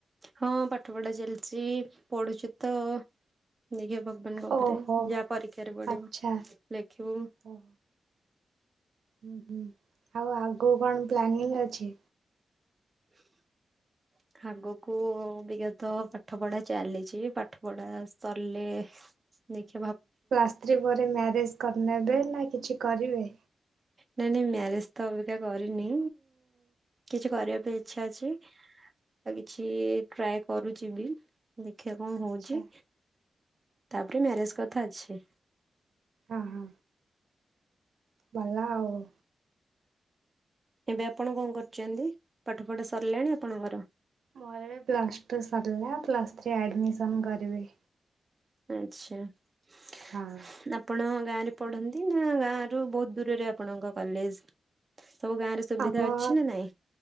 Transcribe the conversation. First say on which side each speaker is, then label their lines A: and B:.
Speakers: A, on the right (about 25°); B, on the right (about 75°).
A: ହଁ ପାଠପଢା ଚାଲିଛି ପଢୁଛୁ ତ ଦେଖିବା ଭଗବାନଙ୍କ ଉପରେ
B: ଓହୋ
A: ଯାହା ପରୀକ୍ଷାରେ ପଢିବ
B: ଆଚ୍ଛା
A: ଲେଖିବୁ।
B: ଓହୋ। ହୁଁ ହୁଁ ଆଉ ଆଗକୁ କଣ ପ୍ଲାନିଂ ଅଛି।
A: <inaudible> ଆଗକୁ ବିଗତ ପାଠପଢା ଚାଲିଛି ପାଠପଢା ସରିଲେ ଲେଖି
B: ପ୍ଲସ ଥ୍ରୀ ପରେ ମ୍ୟାରେଜ କରି ନେବେ ନା କିଛି କରିବେ
A: ନା ନାଇଁ ନାଇଁ ମ୍ୟାରେଜ ତ ଅବିକା କରିନି କିଛି କରିବା ପାଇଁ ଇଚ୍ଛା ଅଛି। ଆଉ କିଛି ଟ୍ରାଏ କରୁଛି, ବି ଦେଖ ଦେଖିବା କଣ ହଉଛି
B: ଆଚ୍ଛା
A: ତାପରେ ମ୍ୟାରେଜ କଥା ଅଛି।
B: ଆଁ ହ ଭଲ ଆଉ।
A: ଏବେ ଆପଣ କଣ କରୁଛନ୍ତି ପାଠ ପଢ଼ା ସରିଲାଣି ଆପଣଙ୍କର?
B: ମୋର ଏ ପ୍ଲସ୍ ଟୁ ସରିଲା ପ୍ଲସ୍ ଥ୍ରୀ ଆଡମିଶନ୍ କରିବି
A: ଆଚ୍ଛା ଆଚ୍ଛା
B: ହଁ।
A: ଆପଣ ଗାଁ ରେ ପଢ଼ନ୍ତି ନା ଗାଁ ର ବହୁତ ଦୂରରେ ଆପଣଙ୍କ କଲେଜ ସବୁ ଗାଁରେ ସୁବିଧା
B: ଆମ
A: ଅଛି ନା ନାଇଁ?